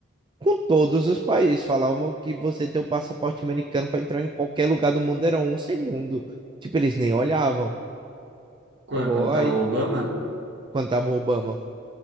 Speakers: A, on the right; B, on the right.
A: com todos os países. Falavam que você tem o passaporte americano para entrar em qualquer lugar do mundo era um segundo. Tipo, eles nem olhavam.
B: Quando,
A: Agora,
B: quando tava
A: aí,
B: o Obama?
A: quando tava o Obama,